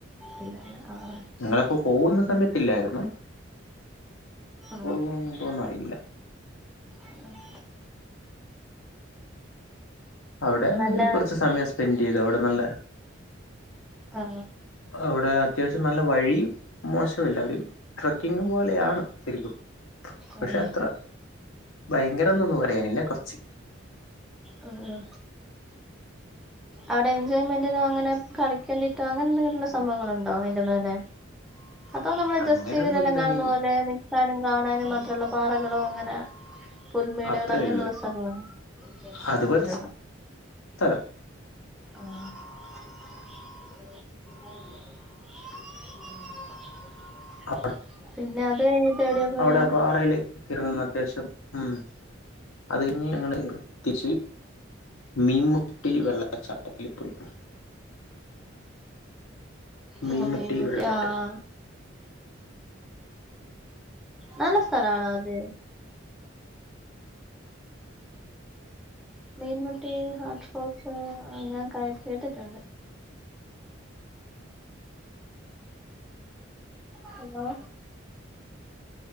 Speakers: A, in the centre; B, on the left.
A: ഇല്ലാലെ ആഹ്
B: നങ്ങളപ്പോ പോവുന്ന സമയത്തില്ലായിരുന്നു
A: ആ
B: പോകുന്നുണ്ടോന്ന് അറിയില്ല
A: അ
B: അവിടെ
A: നല്ല
B: ഒരു കുറച്ച് സമയം സ്പെൻഡ് ചെയ്തു അവിടെ നല്ല
A: ആ
B: അവിടെ അത്യാവശ്യം നല്ല വഴി മോശമില്ല ഒര് ട്രക്കിങ് പോലെയാണ്. ശരിക്കും പക്ഷെ
A: ആഹ്
B: അത്ര ഭയങ്കരന്നൊന്നും പറയാനില്ല. കുറച്ച്
A: ആ ആ അവിടെ എൻജോയ്മെന്റിനോ അങ്ങനെ കളിക്കേണ്ടിട്ടോ അങ്ങനെ എഎന്തെങ്കിലുള്ള സംഭവങ്ങളുണ്ടോ അതിന്റെ മേലെ. അതോ നമ്മൾ
B: അങ്ങനെയൊന്നുമില്ല
A: ജസ്റ്റീലിലെല്ലാം കാണുന്ന
B: ഈ
A: പോലെ നിക്കാനും കാണാനും മാത്രള്ള- പാറകളോ അങ്ങനെ പുൽമേടുകളോ
B: അത്രേ
A: അങ്ങനെയുള്ള
B: ഉള്ളൂ
A: സ്ഥലങ്ങളാണ്.
B: അതുപോലത്തെ
A: അത്ര
B: സ്ഥലം
A: ആ <inaudible> <inaudible>
B: അ.
A: പിന്നെ അത് എവിടെയാ പോയെ?
B: അവിടെ പാറയില് ഇറങ്ങുന്ന അത്യാവശ്യം ഉം അത് കഴിഞ്ഞ് ഞങ്ങൾ- എത്തിച്ച് മീമുട്ടി വെള്ളച്ചാട്ടത്തിൽ പോയി മീൻമുട്ടി
A: ആഹ മീൻ മുട്ട
B: വെള്ളച്ചാട്ടം
A: ആഹ! നല്ല സ്ഥല ആണോ അത്? മീൻമുട്ടി ഹട്ടോ ഞാൻ കേട്ടിട്ടുണ്ട്. ഹലോ